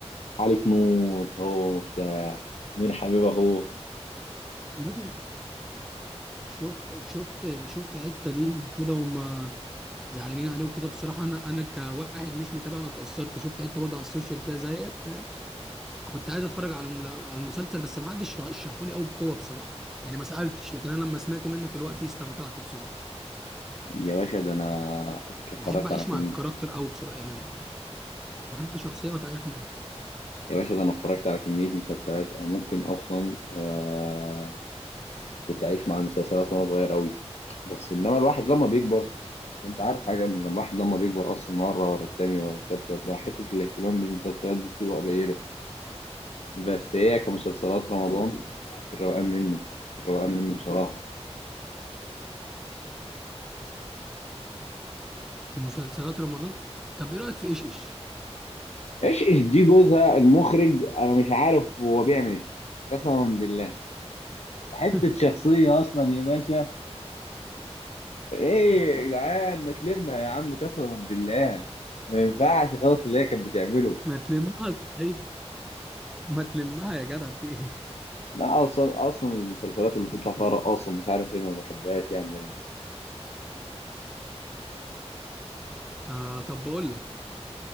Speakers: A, on the left (about 70°); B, in the centre.
A: عليك نور هو مفتاح مين حبيبه هو
B: مات شفت شفت شفت حتة ليه كده هم زعلانين عليه وكده بصراحة انا انا كواحد مش متابع انا اتأثرت شفت حتة برضه على السوشيال كده زيك كنت عايز اتفرج على الم- على المسلسل بس ما حدش رشحه لي قوي بقوه بصراحه يعني ما سالتش لكن انا لما سمعته منك دلوقتي استمتعت بصراحه
A: يا باشا ده انا اتفرجت
B: بحب اعيش
A: على كم
B: مع الكاركتر قوي بصراحه يعني بحب احب شخصيه وتعيش معاها
A: يا باشا ده انا اتفرجت على كمية مسلسلات انا ممكن اصلا آه... كنت عايش مع المسلسلات وانا صغير قوي بس انما الواحد لما بيكبر انت عارف حاجة ان الواحد لما بيكبر اصلا مرة ورا التانية ورا التالتة بقى حتة الاهتمام بالمسلسلات دي بتبقى قليلة بس هي كمسلسلات رمضان في الروقان منه في الروقان منه بصراحة
B: مسلسلات رمضان طب ايه رايك في ايش ايش
A: ايش ايش دي جوزها المخرج انا مش عارف هو بيعمل ايه قسما بالله حتة
B: <laughs>
A: شخصية اصلا يا باشا ايه يا جدعان ما تلمها يا عم قسما بالله ما ينفعش خالص اللي هي كانت بتعمله
B: ما تلمها طيب ما تلمها يا جدع في ايه
A: لا اصلا اصلا المسلسلات اللي تطلع فيها رقاصة مش عارف ايه ما بحبهاش يعني دايما
B: آه طب بقول لك